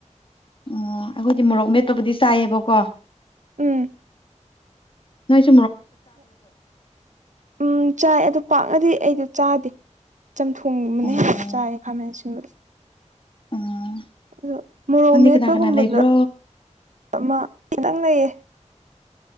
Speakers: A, on the left (about 45°); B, on the right (about 75°).
A: ꯑꯣ ꯑꯩꯈꯣꯏꯗꯤ ꯃꯣꯔꯣꯛ ꯃꯦꯠꯄꯕꯨꯗꯤ ꯆꯥꯏꯌꯦꯕꯀꯣ
B: ꯎꯝ
A: ꯅ <inaudible>
B: ꯎꯝ ꯆꯥꯏ ꯑꯗꯨ ꯄꯥꯛꯅꯗꯤ ꯑꯩꯗꯤ ꯆꯥꯗꯦ ꯆꯝꯊꯣꯡꯒꯕꯅꯦ
A: ꯎꯝ
B: ꯆꯥꯒ ꯈꯥꯃꯦꯟ ꯁꯤꯟꯕꯗ
A: ꯎꯝ
B: ꯑ ꯃꯣꯔꯣꯛ
A: ꯅꯪꯗꯤ
B: ꯃꯦꯠꯄꯒꯨꯝꯕꯗ
A: ꯀꯅꯥ ꯀꯅꯥ ꯂꯩꯕ꯭ꯔꯣ
B: ꯑꯃ ꯈꯤꯇꯪ ꯂꯩꯌꯦ